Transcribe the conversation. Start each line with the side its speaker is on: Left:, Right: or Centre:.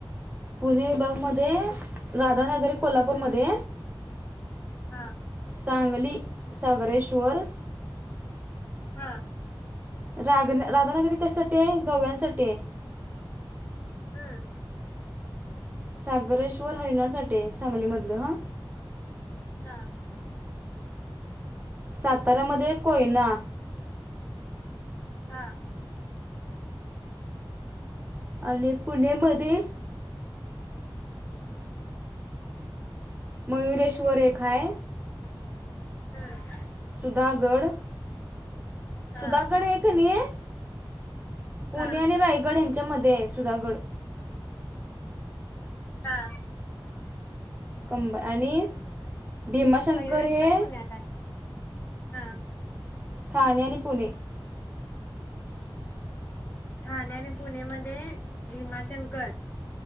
Right: पुणे विभागमध्ये राध नागरी कोल्हापूरमध्ये
Left: हम्म हा
Right: चांगली सागरेश्वर
Left: हा
Right: रा राधनागरी कशासाठी आहे गव्यांसाठी
Left: हम्म
Right: सागरेश्वर हरिणासाठीे सांगलीमधलं हा
Left: हा
Right: साताऱ्यामध्ये कोयना
Left: हा
Right: आणि पुणेमध्ये मयूरेश चरे खाय
Left: हम्
Right: सुधागढ
Left: हा.
Right: सुधागड हे का नाही आहे. पुणे
Left: हा.
Right: आणि रायगड ह्यांच्यामध्येध्ये आहे सुधागड
Left: हा
Right: कंब आणि आणि भीमाशंकर
Left: मयुरेश्वर
Right: हे
Left: पुण्यात आहे. हा
Right: ठाणे आणि पुणे
Left: ठाणे आणि पुणे मध्ये भीमाशंकर